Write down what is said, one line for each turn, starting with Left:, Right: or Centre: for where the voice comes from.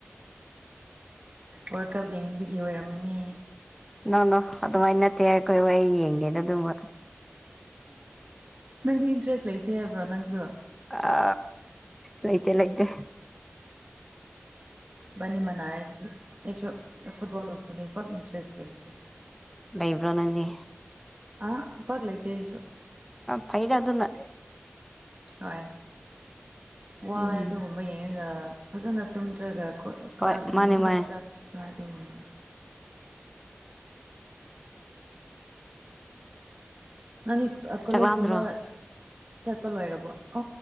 Right: ꯋꯥꯔꯀ ꯦꯡꯒꯤ ꯑꯣꯏꯔꯝꯃꯅꯤ
Centre: ꯅꯣꯅꯣ ꯑꯗꯨꯃꯥꯏ ꯅꯠꯇꯦ ꯑꯩꯈꯣꯏ ꯋꯥ ꯌꯦꯡꯒꯦꯗ ꯑꯗꯨꯕ
Right: ꯅꯪꯗꯤ ꯏꯟꯇꯔꯦꯁ ꯂꯩꯇꯦ ꯍꯥꯏꯕ꯭ꯔꯣ ꯅꯪꯁꯨ
Centre: ꯑ ꯂꯩꯇꯦ ꯂꯩꯒꯦ
Right: ꯕꯅꯤ ꯃꯅꯥꯔꯗꯨꯗꯤ ꯑꯩꯁꯨ ꯐꯨꯠꯕꯣꯜ ꯑꯣꯏ ꯃꯦ ꯄ ꯏꯟꯇꯔꯦꯁ ꯂꯩꯇ
Centre: ꯂꯩꯕ꯭ꯔꯣ ꯅꯪꯗꯤ
Right: ꯑꯥ ꯄꯒ ꯂꯩꯇꯁꯨ
Centre: ꯐꯩꯗ ꯑꯗꯨꯅ
Right: ꯍꯣꯏ ꯋꯥꯏ
Centre: ꯎꯝ
Right: ꯑꯗꯨꯒꯨꯝꯕ ꯌꯦꯡꯉꯒ ꯐꯖꯅ ꯇꯨꯝꯗ꯭ꯔꯒ ꯀ꯭ꯂꯥꯁꯀꯨꯝꯕ
Centre: ꯍꯣꯏ ꯃꯥꯅꯦ
Right: ꯑꯃꯈꯛ
Centre: ꯃꯥꯅꯦ
Right: ꯆꯠ ꯥꯔꯗꯒꯅꯤ ꯗꯤ ꯀꯣꯂꯦꯖꯀꯨꯝꯕ
Centre: ꯆꯥꯛꯂꯥꯝꯗ꯭ꯔꯣ
Right: ꯆꯠꯄꯣ ꯂꯣꯏꯔꯔꯕ ꯑ